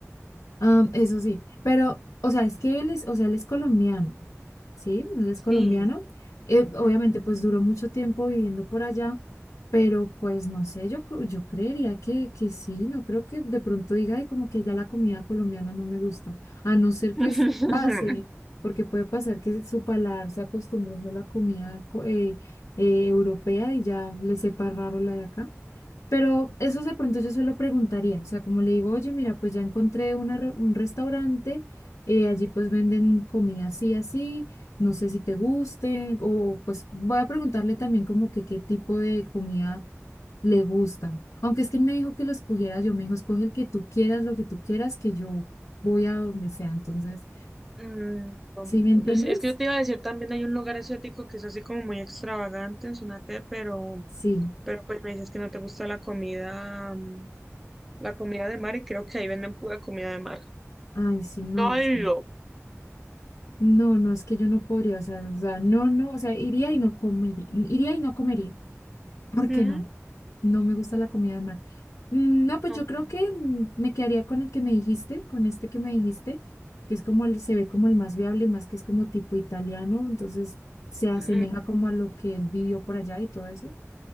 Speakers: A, on the left; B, in the centre.
A: Ah, eso sí, pero, o sea, es que él es, o sea, él es colombiano, ¿sí? Él es
B: Sí.
A: colombiano. Eh, obviamente,
B: Ujú.
A: pues duró mucho tiempo viviendo por allá, pero pues no sé, yo, cre- yo creería que, que sí, no creo que de pronto diga, ay, como que ya la comida colombiana no me gusta, a no ser
B: <laughs>
A: que se pase, porque puede pasar que su paladar se acostumbró solo a la comida co- eh, eh, europea y ya le sepa raro la de acá. Pero eso de pronto yo se lo preguntaría, o sea, como le digo, oye, mira, pues ya encontré una re- un restaurante, eh, allí pues venden comida así, así, no sé si te guste, o pues voy a preguntarle también como que qué tipo de comida le gusta. Aunque es que él me dijo que lo escogiera yo, me dijo, escoge el que tú quieras, lo que tú quieras, que yo voy a donde sea. Entonces,
B: Mm, no
A: ¿sí
B: me-
A: me entiendes?
B: no es que yo te iba a decir también hay un lugar asiático que es así como muy extravagante en Sonate, pero,
A: Sí.
B: pero pues me dices que no te gusta la comida, mm, la comida de mar y creo que ahí venden pura comida de mar.
A: Ay, sí, no.
B: No he
A: sí.
B: ido.
A: No, no, es que yo no podría, o sea, o sea, no, no, o sea, iría y no comería, iría y no comería. ¿Por
B: Mm,
A: qué no? No me gusta la comida de mar. Mm, No, pues
B: ok.
A: yo creo que mm, me quedaría con el que me dijiste, con este que me dijiste, que es como el, se ve como el más viable, más que es como tipo italiano, entonces se asemeja
B: Mm,
A: como a lo que él vivió por allá y todo eso.